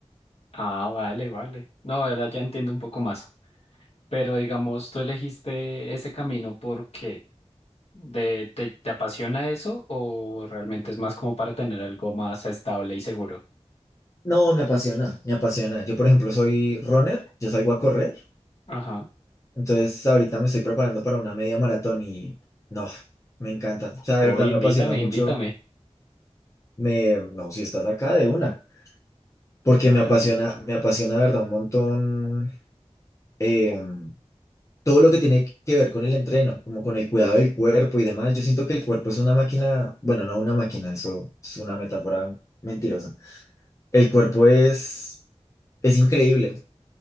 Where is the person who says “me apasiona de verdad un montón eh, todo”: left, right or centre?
Left